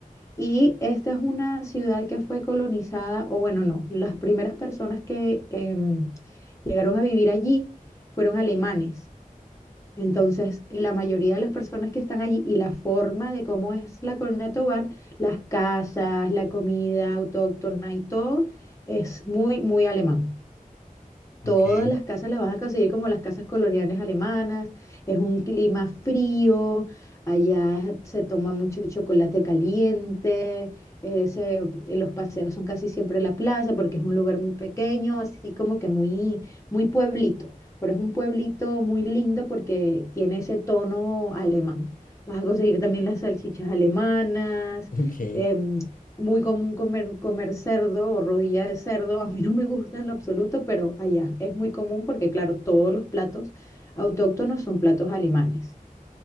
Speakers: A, on the left; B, on the left.
A: y esta es una ciudad que fue colonizada, o bueno, no, las primeras personas que em, llegaron a vivir allí fueron alemanes. Entonces, la mayoría de las personas que están allí y la forma de cómo es la Corona de Tobar, las casas, la comida autóctona y todo, es muy, muy alemán.
B: Ok.
A: Todas
B: <laughs>
A: las casas las vas a conseguir como las casas coloniales alemanas, es un clima frío, allá se toma mucho chocolate caliente, eh, se- los paseos son casi siempre en la plaza porque es un lugar muy pequeño, así como que muy, muy pueblito, pero es un pueblito muy lindo porque tiene ese tono alemán. Vas a conseguir también las salchichas alemanas,
B: Ok,
A: em, muy común comer, comer cerdo o rodilla de cerdo. <laughs> A mí no me gusta en lo absoluto, pero allá es muy común porque, claro, todos los platos autóctonos son platos alemanes.